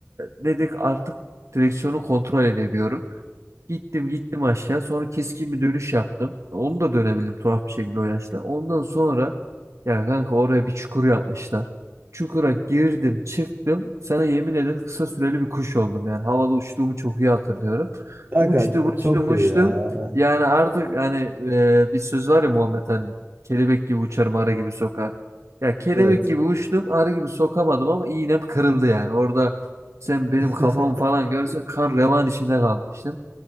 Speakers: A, on the right; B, on the right.
A: E, dedik artık direksiyonu kontrol edemiyorum. Gittim gittim aşağı. Sonra keskin bir dönüş yaptım. Onu da dönebildim tuhaf bir şekilde o yaşta. Ondan sonra ya kanka oraya bir çukur yapmışlar. Çukura girdim çıktım. Sana yemin ederim kısa süreli bir kuş oldum. Yani havada uçtuğumu çok iyi hatırlıyorum.
B: Kanka
A: Uçtum uçtum
B: çok
A: uçtum.
B: iyi ya.
A: Yani artık hani e, bir söz var ya Muhammed Ali'nin. Kelebek gibi uçarım, arı gibi sokar. Ya kelebek
B: Evet.
A: gibi uçtum, arı gibi sokamadım ama iğnem kırıldı yani. Orada sen benim
B: <laughs>
A: kafamı falan görsen kan revan içinde kalmıştım.